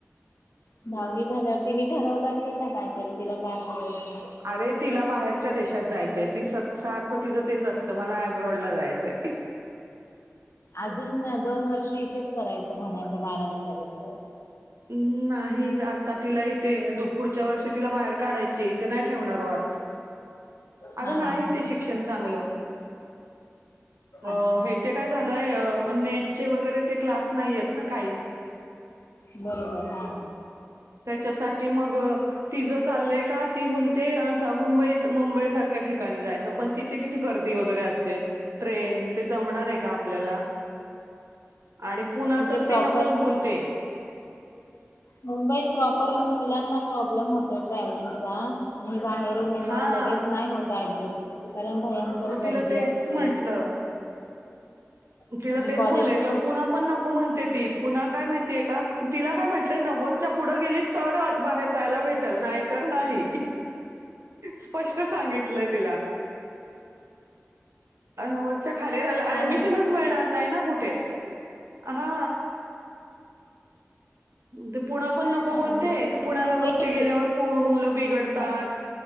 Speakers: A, on the left; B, on the right.
A: दहावी झाल्यावर तिने ठरवलं असेल ना कायतरी तिला काय करायचं.
B: अरे तिला बाहेर - बाहेरच्या देशात जायचं ती सारखं तिचं तेच असत मला अभ्य - रोड ला जायचंय <unintelligible>
A: अजून दोन वर्ष इथेच करायचं म्हणायचं बारावी पर्यंत -
B: हम्म नाही आता तिला इथे पुढच्या वर्षी तिला बाहेर काढायची इथे नाही ठेवणार आता - अगं
A: हा हा
B: नाही
A: हा
B: ते शिक्षण चांगलं अ
A: अच्छा
B: हे ते काय झालंय नेटचे वगैरे ते क्लास नाहीय ना काहीच -
A: बरोबर हा
B: साठी मग तिच चालले का ती म्हणते अस मुंबई मुंबई सारख्या ठिकाणी जायचं पण तिथे किती गर्दी वगैरे असते ट्रेन, ते जमणार आहे का आपल्याला? आणि पुणा
A: इथे
B: तर
A: प्रॉपर
B: ती नकोच बोलते.
A: मुंबईत प्रॉपर मुलांना प्रॉब्लेम होत ट्रॅव्हलिंगचा बाहेरून येणार
B: हा
A: लगेच नाही होत ऍडजस्ट कारण भयंकर
B: मग
A: गर्दी
B: तिला तेच
A: असते
B: म्हंटलं
A: आणि
B: तिला तेच
A: कॉलेज
B: बोललंय
A: कसे
B: तर पुना पण नको म्हणते ती, पुना काय माहितीय का, तिला काय म्हण नव्वद च्या पुढे गेलीस तरच बाहेर जयला भेटल, नाही तर नाही, स्पष्ट सांगितलंय तिला. नव्वदच्या खाली राहिलं
A: छान
B: ऍडमिशनच
A: आहे
B: मिळणार नाही ना कुठे, हा ते पुणा पण
A: ना
B: नको बोलते,
A: ऍडमिशन
B: पुण्याला बोलते
A: होईल
B: गेल्यावर मुलं बिघडतात
A: हा